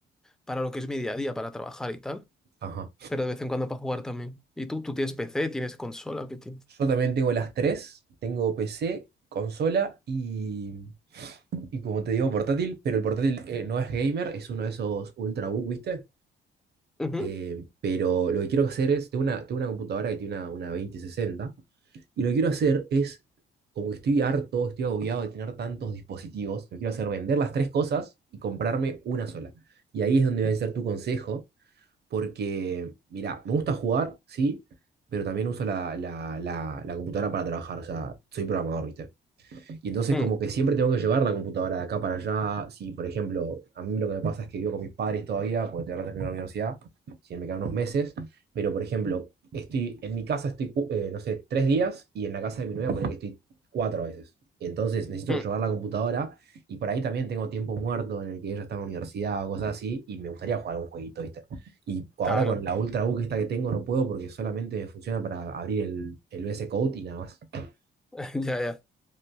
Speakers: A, in the centre; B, on the right (about 55°).
A: para lo que es mi día a día, para trabajar y tal.
B: ajá.
A: pero de vez en cuando para jugar también. ¿Y tú? ¿Tú tienes PC? ¿Tienes consola? ¿Qué tienes?
B: Yo también tengo las tres. Tengo PC, consola y, y como te digo, portátil. Pero el portátil eh, no es gamer, es uno de esos Ultrabook, ¿viste?
A: Ujú.
B: Eh, pero lo que quiero hacer es, tengo una, tengo una computadora que tiene una, una veinte sesenta y lo que quiero hacer es, como que estoy harto, estoy agobiado de tener tantos dispositivos, lo que quiero hacer es vender las tres cosas y comprarme una sola. Y ahí es donde va a ser tu consejo, porque, mira, me gusta jugar, sí, pero también uso la, la, la, la computadora para trabajar, o sea, soy programador, ¿viste? Y entonces
A: Mm,
B: como que siempre tengo que llevar la computadora de acá para allá. Si, por ejemplo, a mí lo que me pasa es que vivo con mis padres todavía, porque tengo que terminar la universidad, si no me quedan unos meses, pero por ejemplo, estoy en mi casa estoy, cu- eh, no sé, tres días y en la casa de mi novia poner que estoy cuatro veces. Entonces necesito
A: mm,
B: llevar la computadora y por ahí también tengo tiempo muerto en el que ella está en la universidad o cosas así y me gustaría jugar un jueguito, ¿viste? Y ahora
A: Claro,
B: con la Ultrabook esta que tengo no puedo porque solamente funciona para abrir el, el VS Code y nada más. Te
A: <laughs> ya, ya.